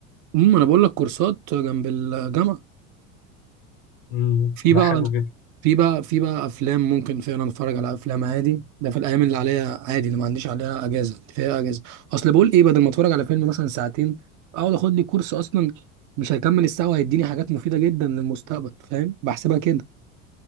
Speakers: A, on the right; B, on the left.
A: امم انا بقول لك كورسات جنب الجامعه
B: مم،
A: في
B: ده
A: بقى
B: حلو جدا
A: في بقى في بقى افلام ممكن فعلا اتفرج على افلام عادي ده في الايام اللي عليها عادي اللي ما عنديش عليها اجازه اللي فيها اجازه اصل بقول ايه بدل ما اتفرج على فيلم مثلا ساعتين اقعد اخد لي كورس اصلا مش هيكمل الساعه وهيديني حاجات مفيده جدا للمستقبل فاهم بحسبها كده